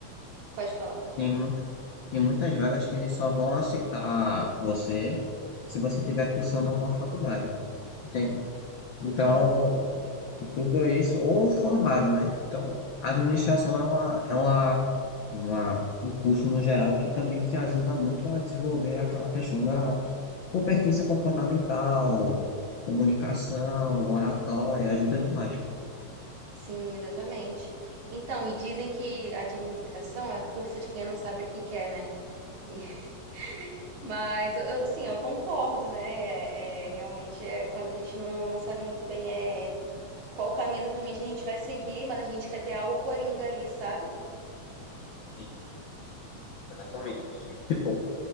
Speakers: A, on the right (about 75°); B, on the left (about 85°).
A: Pode falar.
B: tem, mu- tem muitas vagas que eles só vão aceitar você se você estiver cursando alguma faculdade, entende? Então,
A: Entendi.
B: e tudo isso, ou formado, né? Então, a administração é uma, é uma, uma, um curso no geral que também te ajuda muito a desenvolver aquela questão da competência comportamental, comunicação, oratória, ajuda demais.
A: Sim, exatamente. Então, e dizem que administração é curso de quem não sabe o que quer, né? E- <laughs> Mas, eu, eu, assim, eu concordo, né? É, é, realmente, é, quando a gente não, não sabe muito bem é, qual caminho exatamente a gente vai seguir, mas a gente quer ter algo coringa ali, sabe?
B: Sim, exatamente. Tipo,